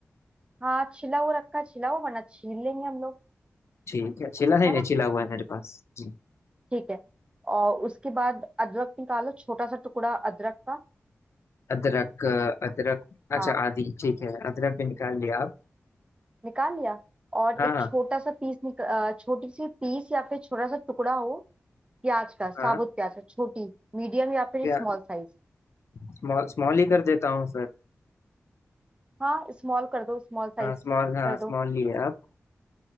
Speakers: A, on the right (about 20°); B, on the left (about 60°).
A: हाँ छिला वो रखा है छिला हुआ वरना छील लेंगे हम लोग
B: ठीक है छिला नहीं
A: है
B: नहीं
A: ना
B: छिला हुआ है मेरे पास जी
A: ठीक है और उसके बाद अदरक निकालो छोटा सा टुकड़ा अदरक का
B: अदरक अ, अदरक
A: हाँ
B: अच्छा आदि ठीक है अदरक भी निकाल लिया आप
A: निकाल लिया और
B: हाँ
A: एक
B: हाँ
A: छोटा सा पीस निक अ, छोटी सी पीस या फिर छोटा सा टुकड़ा हो प्याज का साबुत
B: हाँ
A: प्याज का छोटी मीडियम या फिर
B: क्या
A: स्मॉल साइज
B: स्मॉल स्मॉल ही कर देता हूँ फिर
A: हाँ स्मॉल कर दो स्मॉल साइज
B: हाँ स्मॉल हाँ
A: कर
B: स्मॉल
A: दो
B: ही है अब